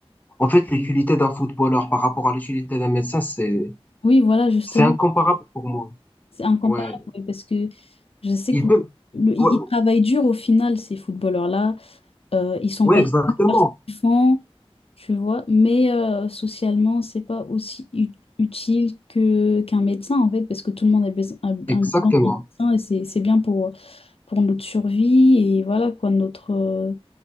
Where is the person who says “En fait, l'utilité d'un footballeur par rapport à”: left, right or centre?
Left